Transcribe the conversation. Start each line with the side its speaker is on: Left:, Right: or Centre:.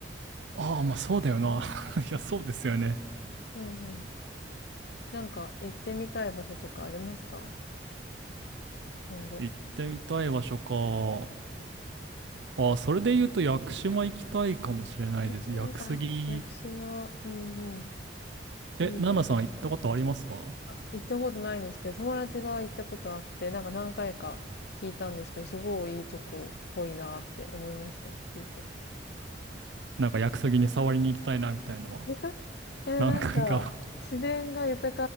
Right: ああ、まあそうだよな。<laughs> いや、そうですよね。
Left: うん、うん。なんか行ってみたい場所とかありますか今後。
Right: 行ってみたい場所か。ああ、それで言うと屋久島行きたいかもしれないです。
Left: うーん、
Right: 屋久杉。
Left: あ、屋久島、うんう
Right: え、
Left: ん。いいです。
Right: ナナさん行ったことありますか
Left: あ、行ったことないんですけど、友達が行ったことあって、なんか何回か聞いたんですけど、すごいいいとこっぽいなって思いました。聞いて。
Right: なんか屋久杉に触りに行きたいなみたいなのは。
Left: <laughs> え、なんか、
Right: 何回か
Left: 自然が豊